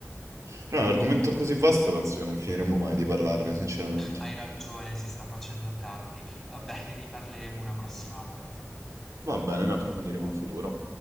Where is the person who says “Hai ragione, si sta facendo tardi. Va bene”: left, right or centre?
Centre